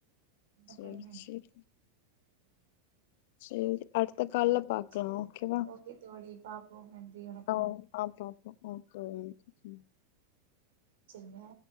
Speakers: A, on the right; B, on the left.
A: என்ன
B: செரி
A: பண்ண
B: செரி சேரி அடுத் த கால்ல பாக்கலா
A: சேரி
B: ஓகேவா
A: ஓகே தோழி பாப்போ நன்றி வணக்கம்
B: ஆ ஓ அ பாப் ஓ ஓக் தோழி
A: செரிங்க